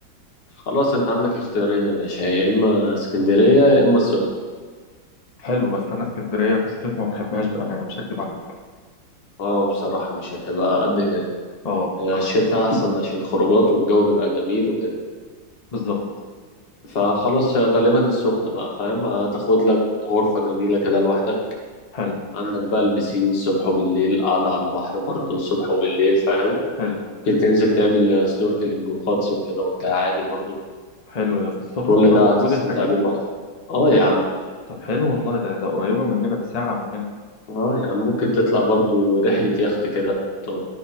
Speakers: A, on the left; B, on the left.
A: خلاص انت عندك اختيارين يا باشا يا اما اسكندرية يا اما السخنة
B: حلو بس انا اسكندريه في الصيف ما بحبهاش بامانه مش هكدب عليك
A: اه بصراحة مش هتبقى قد كده
B: اه
A: هي الشتاء احسن عشان خروجات والجو بيبقى جميل وكده
B: بالظبط
A: فخلاص هي غالبا السخنة بقى فاهم هتاخد لك غرفة جميلة كده لوحدك
B: حلو
A: عندك بقى البسين الصبح وبالليل قاعدة على البحر برضو الصبح وبالليل فاهم
B: حلو
A: ممكن تنزل تعمل سنوركلينج وغطس وكده وبتاع عادي برضو
B: حلو ده في السخنه
A: كل
B: والله
A: ده
B: موجود
A: هتستمتع
B: الحاجات
A: بيه
B: دي
A: لوحدك اه يا عم
B: طب حلو والله ده ده قريبه مننا ده ساعه من هنا
A: اه يا عم ممكن تطلع برضو رحلة يخت كده تقعد